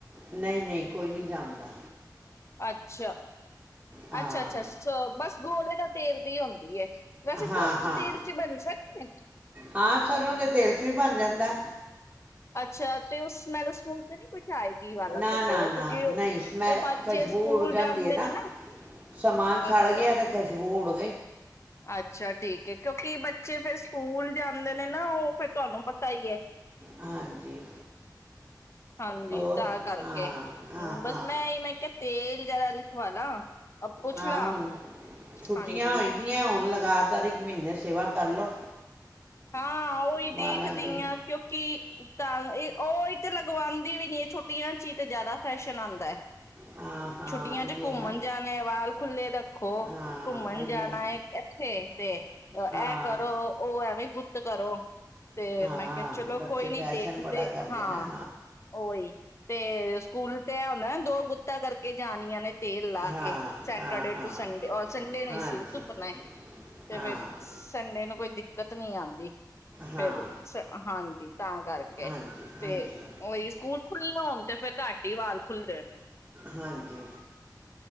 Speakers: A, on the right (about 15°); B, on the left (about 40°).
A: ਨਹੀਂ ਨਹੀਂ ਕੋਈ ਨਹੀਂੀ ਜਮਦਾ
B: ਅੱਛਾ
A: ਹਾਂ
B: ਅੱਛਾ ਅੱਛਾ ਬਸ ਗੋਲੇ ਦਾ ਤੇਰ ਦੀ ਹੁੰਦੀ ਏ ਵੈਸੇ ਸਰੋਂ
A: ਹਾਂ
B: ਦੇ
A: ਹਾਂ
B: ਤੇਲ ਚ ਬਣ ਸਕਦਾ ਏ?
A: ਹਾਂ ਸਰ੍ਹੋਂ ਦੇ ਤੇਲ ਚ ਵੀ ਬਣ ਜਾਂਦਾ
B: ਅੱਛਾ ਤੇ ਉਹੈਲ ਸਕੂਲ ਤੇ ਨੀ ਆਏਗੀ ਵਾਲਾ
A: ਨਾ
B: ਚ
A: ਨਾ
B: ਫੇਰ
A: ਨਾ
B: ਕਿਉਂਕਿ
A: ਨਹੀਂ ਮੈਂ
B: ਉਹ ਬੱਚੇ
A: ਖੁਸ਼ਬੂ
B: ਸਕੂਲ
A: ਉਡ ਜਾਂਦੀ
B: ਜਾਂਦੇ
A: ਹੈ ਨਾ
B: ਨੇ
A: ਸਮਾਨ ਸਾੜ
B: ਅੱਛਾ
A: ਗਿਆ ਤੇ ਖੁਸ਼ਬੂ ਉ <unintelligible>
B: ਅੱਛਾ ਠੀਕ ਹੈ ਕਿਉਂਕਿ ਬੱਚੇ ਫੇਿਰ ਸਕੂਲ ਜਾ ਦੇ ਨੇ ਨਾ ਉਹ ਫੇਰ ਤੁਹਾਨੂੰ ਪਤਾ ਹੀ ਹੈ
A: ਹਾਂਜੀ
B: ਹਾਂਜੀ
A: ਹੋਰ
B: ਤਾਂ ਕਰਕੇ
A: ਹਾਂ ਹਾਂ
B: ਹਮ ਬਸ
A: ਹਾਂ
B: ਮੈਂ ਮੈਂ ਕਿਹਾ ਤੇਲ ਜ਼ਰਾ ਲਿਖਵਾ ਲਾ ਅ ਪੁੱਛ
A: ਹਾਂ
B: ਲਾ
A: ਹੁਣ ਛੁੱਟੀਆਂ
B: ਹਾਂਜੀ
A: ਹੋ ਜਾਂਦੀਆਂ ਹੁਣ ਲਗਾਤਾਰ ਇੱਕ ਮਹੀਨੇ ਸੇਵਾ ਕਰ ਲਓ
B: ਹਾਂ ਉਹੀ
A: ਵਾਲਾਂ
B: ਦੇਖਦੀ
A: ਦੀ
B: ਹਾਂ ਕਿਉਂਕਿ ਤਾਂ ਇਹ ਉਹ ਇ ਤੇ ਲਗਵਾਉਂਦੀ ਵੀ ਨੀ ਛੁੱਟੀਆਂ ਚ ਹੀ ਤੇ ਜ਼ਿਆਦਾ ਫੈਸ਼ਨ ਆਉਂਦਾ ਹੈ
A: ਹਾਂ ਹਾਂ
B: ਛੁੱਟੀਆਂ
A: ਇਹ
B: ਚ ਘੁੰਮਣ
A: ਨਾ
B: ਜਾਣਾ ਵਾਲ ਖੁੱਲੇ ਰੱਖੋ
A: ਹਾਂ
B: ਘੁੰਮਣ
A: ਆਈ
B: ਜਾਣਾ
A: ਆਈ
B: ਹੈ ਇੱਥੇ ਤੇ ਇਹ
A: ਹਾਂ
B: ਕਰੋ ਉਹ ਐਵੇਂ ਗੁਤ ਕਰੋ ਤੇ
A: ਹਾਂ
B: ਮੈਂ ਕਿਹਾ ਚਲੋ
A: ਬੱਚੇ
B: ਕੋਈ ਨੀ
A: ਫੈਸ਼ਨ
B: ਦੇਖਦੇ
A: ਬੜਾ ਕਰਦੇ
B: ਹਾਂ
A: ਨਾ
B: ਹੀ ਤੇ ਸਕੂਲ ਤੇ ਆ ਹੁੰਦਾ ਦੋ ਗੁੱਤ ਕਰਕੇ ਜਾਣੀਆਂ ਨੇ ਤੇਲ ਲਾ
A: ਹਾਂ
B: ਕੇ ਸੈਟਰਡੇ
A: ਹਾਂ ਹਾਂ
B: ਟੂ ਸੰਡੇ ਔਰ ਸੰਡੇ ਨੂੰ
A: ਹਾਂਜੀ
B: ਹੀ ਸੀ ਤੁੁੱਪਣਾ ਹੈ ਤੇ
A: ਹਾਂ
B: ਫਿਰ ਸੰਡੇ ਨੂੰ ਕੋਈ ਦਿੱਕਤ <unintelligible> ਨਹੀਂ ਆਦੀ
A: ਹਾਂ
B: ਫਿਰ ਹਾਂਜੀ ਤਾਂ ਕਰਕੇ
A: ਹਾਂਜੀ
B: ਤੇ
A: ਹਾਂਜੀ
B: ਉਹੀ ਸਕੂ ਖੁੱਲੇ ਹੋਣ ਤੇ ਫਿਰ ਘੱਟ ਹੀ ਵਾਲ ਖੁੱਲਦੇ ਨੇ
A: ਹਾਂਜੀ